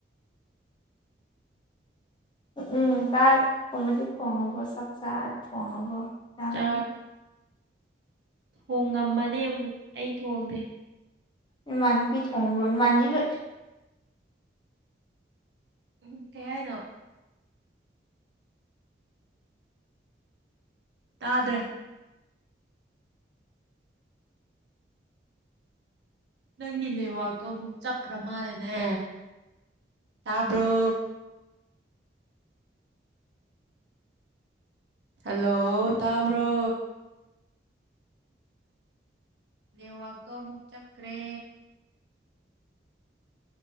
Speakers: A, on the left (about 25°); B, on the right (about 65°).
A: ꯎꯝ ꯆꯥꯛꯀꯨꯝꯕꯗꯤ ꯊꯣꯡꯉꯕꯣ ꯆꯥꯛ ꯆꯥꯔ ꯊꯣꯢꯉꯕꯣ ꯏꯟꯁꯥꯡ
B: ꯆꯥꯛ ꯊꯣꯡꯉꯝꯃꯅꯤ ꯑꯩ ꯊꯣꯡꯗꯦ
A: ꯏꯃꯥꯟꯅꯕꯤ ꯊꯣꯡꯕ꯭ꯔꯣ ꯅꯃꯥꯟꯅꯕꯤꯒ
B: ꯎꯝ ꯀꯩ ꯍꯥꯏꯅꯣ ꯇꯥꯗ꯭ꯔꯦ ꯅꯪꯒꯤ ꯅꯦꯠꯋꯥꯛꯇꯣ ꯑꯃꯨꯛ ꯆꯞꯈ꯭ꯔ ꯃꯥꯜꯂꯦꯅꯦ ꯇꯥꯕ꯭ꯔꯣ ꯍꯜꯂꯣ ꯇꯥꯕ꯭ꯔꯣ ꯅꯦꯠꯋꯥꯛꯇꯣ ꯑꯃꯨꯛ ꯆꯞꯈ꯭ꯔꯦ